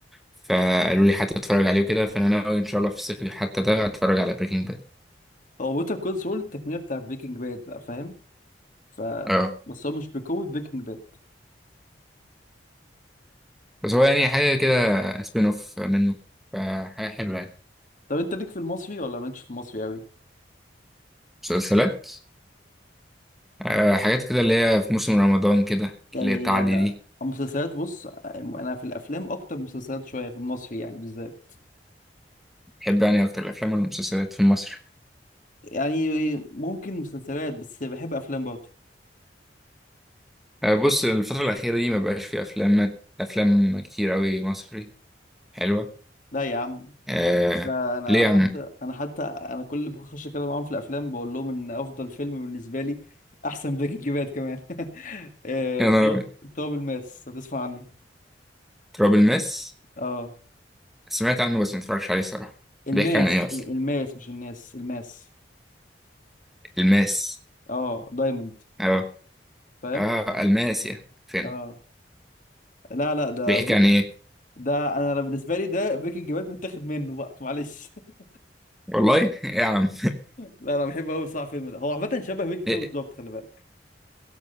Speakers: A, in the centre; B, on the left (about 45°).
A: فقالوا لي حتى اتفرج عليه وكده فأنا ناوي إن شاء الله في الصيف حتى ده أتفرج على بريكنج
B: هو بوتر كول سول التقنيه بتاع بريكنج باد بقى فاهم ف
A: باد
B: بس هو مش بقوه بريكنج باد
A: بس هو يعني حاجة كده سبين اوف منه فحاجة حلوة يعني
B: طب انت ليك في المصري ولا مالكش في المصري قوي
A: مسلسلات آه، حاجات كده اللي هي في موسم رمضان كده
B: يعني
A: اللي هي بتعدي
B: آه،
A: دي
B: المسلسلات بص آه، انا في الافلام اكتر من مسلسلات شويه في المصري يعني بالذات
A: بحب يعني أكتر الأفلام ولا المسلسلات في المصري
B: يعني ممكن مسلسلات بس بحب افلام برضه
A: آه، بص الفترة الأخيرة دي مبقاش في أفلام أفلام كتير أوي مصري حلوة
B: لا يا عم
A: آه
B: لا انا
A: ليه يا
B: حتى
A: عم
B: انا حتى انا كل اللي بخش اتكلم معاهم في الافلام بقول لهم ان افضل فيلم بالنسبه لي احسن بريكنج باد كمان <laughs> آه،
A: أنا
B: تراب تراب الماس هتسمع عنه
A: تراب الماس
B: اه
A: سمعت عنه بس متفرجش عليه صراحة
B: الماس
A: بيحكي عن إيه أصلا
B: الماس مش الناس الماس
A: الماس
B: اه دايموند
A: أه
B: فاهم
A: أه الماس يعني فين
B: اه لا لا ده
A: بيحكي
B: بص
A: عن إيه
B: ده انا بالنسبه لي ده بيكنج باد متاخد منه بقى معلش <laughs>
A: والله <laughs> إيه يا عم
B: لا انا بحب قوي صح الفيلم ده هو عامه شبه بيكنج باد
A: <laughs> إيه
B: بالظبط خلي بالك